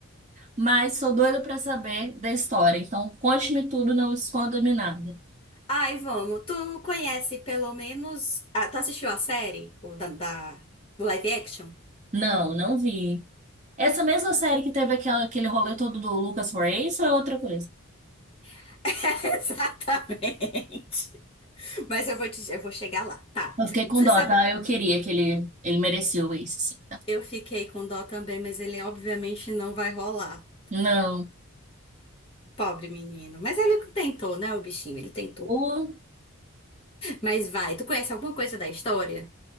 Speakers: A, on the right; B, on the left.
A: mas sou doida pra saber da história. Então, conte-me tudo, não esconda-me nada.
B: Ai, vamos. Tu conhece pelo menos. Ah, tu assistiu a série? O da, da- do live action?
A: Não, não vi. Essa mesma série que teve aquela, aquele rolê todo do Lucas for Ace ou é outra coisa?
B: <laughs> Exatamente. Mas eu vou te, eu vou chegar lá. Tá.
A: Eu fiquei com
B: Você
A: dó,
B: sabe,
A: tá? Eu queria que ele, ele merecia o Ace, sim, tá?
B: eu fiquei com dó também, mas ele obviamente não vai rolar.
A: Não.
B: Pobre menino. Mas ele tentou, né, o bichinho? Ele tentou.
A: O,
B: Mas vai. Tu conhece alguma coisa da história?